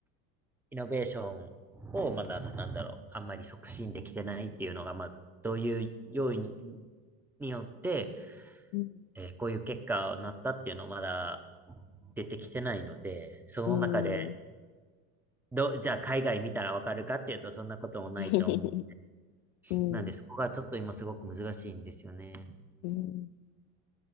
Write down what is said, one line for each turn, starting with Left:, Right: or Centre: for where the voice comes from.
Centre: イノベーションをまだ、なんだろう、あんまり促進できてないっていうのが、まあ、どういう要因によって、
Left: うん。
Centre: えーこういう結果になったっていうのまだ出てきてないので、その中で、
Left: うん。
Centre: ど、じゃあ海外見たらわかるかっていうと、そんなこともないと思うの
Left: <laughs> うん。
Centre: で、なんでそこがちょっと今すごく難しいんですよね。
Left: うん。